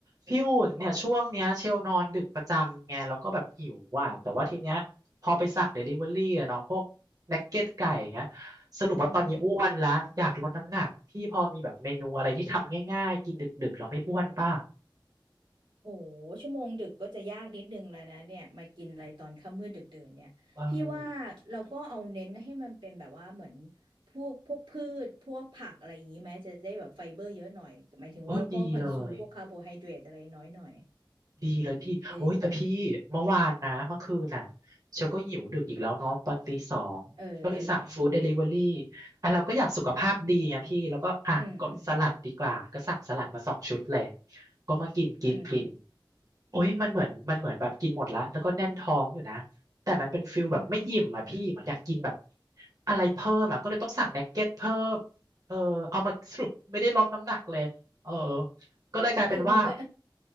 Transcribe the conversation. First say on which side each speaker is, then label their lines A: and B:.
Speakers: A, on the right; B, on the right.
A: พี่อุ่นเนี่ยช่วงเนี้ยเชลนอนดึกประจำไงแล้วก็แบบหิวว่ะแต่ว่าทีเนี้ยพอไปสั่งเดลิเวอรี่อะเนาะพวกนักเก็ตไก่อย่างเงี้ยสรุปว่าตอนนี้อ้วนละอยากลดน้ำหนักพี่พอมีแบบเมนูอะไรที่ทำง่ายๆกินดึกๆแล้วไม่อ้วนป่ะ
B: อืมโหชั่วโมงดึกก็จะยากนิดนึงแล้วนะเนี่ยมากินอะไรตอนค่ำมืดดึกดื่นเนี่ยพี่ว่าเราก็เอาเน้นให้มันเป็นแบบว่าเหมือน
A: เออ
B: พวกพวกพืชพวกผักอะไรอย่างนี้ไหมจะได้แบบไฟเบอร์เยอะหน่อยหมายถึงว่าเราก็คอนซูมพวกคาร์โบไฮเดรตอะไรน้อยหน่อย
A: โอ้ดีเลย ดีเลยพี่โอ้ยแต่พี่เมื่อวานนะเมื่อคืนน่ะ
B: เออ
A: เชลก็หิวดึกอีกแล้วเนาะตอนตีสองก็เลยสั่งฟู้ดเดลิเวอรี่
B: เออเออ
A: อ่ะเราก็อยากสุขภาพดีไงพี่แล้วก็อ่ะกดสลัดดีกว่าก็สั่งสลัดมาสองชุดเลย
B: อืมอืม
A: ก็มากินกินกิน
B: อืมอืม
A: โอ้ยมันเหมือนมันเหมือนแบบกินหมดละแล้วก็แน่นท้องอยู่นะแต่มันเป็นฟิลแบบไม่อิ่มอ่ะพี่เหมือนอยากกินแบบ
B: อืมอืม
A: อะไรเพิ่มอ่ะก็เลยต้องสั่งเนกเก็ตเพิ่มเออเอามาสรุปไม่ได้ลดน้ำหนักเลยเออก็เลยกลายเป็นว่า
B: คือมึงก็